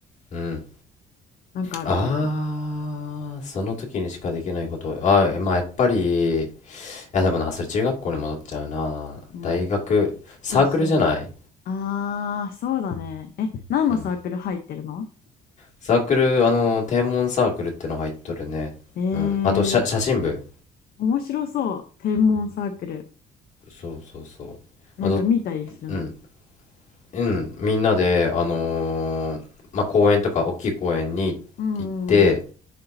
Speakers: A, on the left; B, on the left.
A: うん。
B: なんかあるかな。
A: ああ、その時にしかできないこと。ああ、まあやっぱり、いやでもな、それ中学校に戻っちゃうな。
B: うん、
A: 大学、サークルじゃない
B: そうそう。あー、そうだね。え、何のサークル入ってるの
A: うん。サークル、あの、天文サークルっての入っとるね。
B: えー、
A: うん。あと、写、写真部。
B: 面白そう。天文サークル。
A: そうそうそう。
B: なんか見たりするの。
A: まあ、ど、うん。うん、みんなで、あのーまあ、公園とか大きい公園に行って、
B: うん、うん、